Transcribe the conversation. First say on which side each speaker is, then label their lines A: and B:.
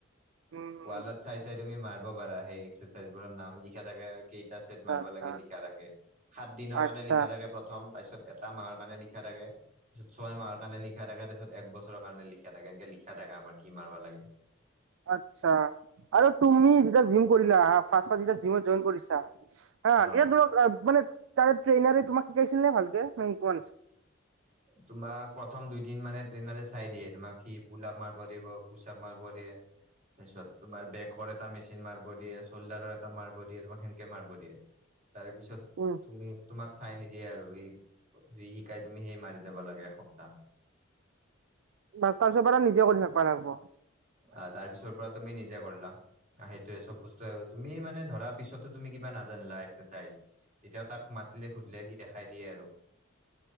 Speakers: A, on the right (about 70°); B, on the right (about 40°).
A: উম,
B: ৱালত
A: উম
B: চাই, চাই তুমি মাৰিব পাৰা সেই এক্সাৰচাইজ বোৰৰ নাম লিখা থাকে আৰু। কেইটা চেট
A: আচ্ছা
B: মাৰিব
A: আচ্ছা।
B: লাগে লিখা থাকে সাত দিনৰ কাৰণে
A: আচ্ছা
B: লিখা থাকে প্ৰথম তাৰপিছত এটা মাহৰ কাৰণে লিখা থাকে তাৰিছ ছয় মাহৰ কাৰে লিখ থে তাৰিছত <inaudible> এক বছৰৰ কাৰণে লিখা থাকে, এনকে লিখা থাকে আমাৰ কি মাৰবা লাগে।
A: আচ্ছা আৰু তুমি কেতিয়া জিম কৰিলা, জিমত জইন কৰিছা <inaudible> হা
B: অ
A: এ ধৰ মানে <inaudible> তাৰে ট্ৰেইনাৰে তোমাক শিকাইছিল নে ভালকে মক
B: তোমাক প্ৰথম দুইদিন মানে ট্ৰেইনতে চাই দিয়ে তোমাক সি পোলাপ মাৰিব দিব পোচা মাৰিব দিব। তাৰ পিছত তোমাৰ বেকৰ এটা মেচিন মাৰিব দিয়ে, চ'ল্ডাৰৰ এটা মাৰিব দিয়ে, তোমাক সেনকে মাৰিব দিয়ে। তাৰে পিছত
A: উম
B: তুমি তোমাক চাই নিদিয়ে আৰু যি শিকাই তুমি সেই মাৰি যাব লাগে এসপ্তাহ।
A: বা তাৰপিছৰ পৰা নিজে কৰি থাকিবা লাগিব।
B: অ', তাৰ পিছৰ পৰা তুমি নিজে কৰলা সেইটোৱে চব বস্তু তুমি মানে ধ কৰাৰ পিছতো তুমি কিবা নাজানিলা এক্সাৰচাইজ, তেতিয়া তাক মাতিলে সুধিলে সি দেখাই দিয়ে আৰু।